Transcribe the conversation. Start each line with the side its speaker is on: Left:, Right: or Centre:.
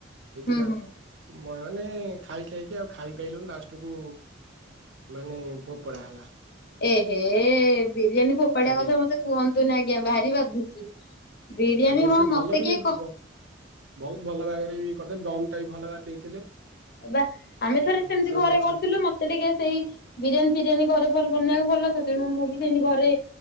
Right: ହେଇଥିଲା।
Left: ହୁଁ ହୁଁ।
Right: ନାଇଁ ନାଇଁ ମାନେ ଖାଇ ଖାଇକି ଆଉ ଖାଇପାଇଲୁ ଲାଷ୍ଟକୁୁ ମାନେ ଭୋପଡା ହେଲା।
Left: ଏହେ ବିରିୟାନୀ ଫୋପାଡଆ
Right: ଆଜ୍ଞା
Left: କଥା ମତେ କୁହନ୍ତୁନ ଆଜ୍ଞା ଭାରି ବାଧୁଛି। ବିରିୟାନୀ
Right: ଆଜ୍ଞା
Left: ହଁ
Right: ସେ ଭଲ
Left: ମତେ
Right: ବି
Left: କିଏ କ
Right: ବହୁତ ଭଲ ଭାଗରେ ବି ଦମ ଟା ବି ଭଲ ଭାର ଦେଇଥିଲେ।
Left: ବା ଆମେ ଥରେ
Right: ଏ,
Left: ସେମିତି
Right: ସେ
Left: ଘରେ
Right: ବି ଅଛନ୍ତି
Left: କରିୁଥିଲୁ ମତେ ଟିକେ ସେଇ ବିରିୟାନୀ ଫିରିୟାନୀ ଘରେ ବନେଇବାକୁ ଭଲ ତେଣୁ ମୁଁ ବି ସେମିତି ଘରେ